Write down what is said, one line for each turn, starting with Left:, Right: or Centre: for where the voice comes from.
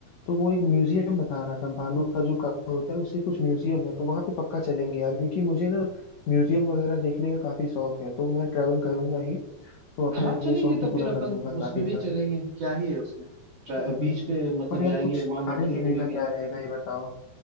Left: तो वो एक म्यूजियम बता रहा था बालू का जो काम होता है उससे कुछ म्यूजियम है तो वहां पे पक्का चलेंगे यार क्योंकि मुझे ना म्यूजियम वगैरह देखने का काफी शौक है तो मैं ट्रैवल करूंगा ही तो अपना
Right: हाँ चलेंगे
Left: ये शौक
Right: तो
Left: भी पूरा
Right: फिर अपन
Left: कर लूंगा साथ
Right: उसमें
Left: ही साथ
Right: भी चलेंगे क्या ही है उसमें ट्रा-
Left: हम्म
Right: बीच
Left: हम्म।
Right: पे मतलब
Left: और यार
Right: जाएंगे
Left: कुछ
Right: वहां
Left: खाने
Right: मंदिर
Left: पीने
Right: घूमेंगे
Left: का क्या रहेगा ये बताओ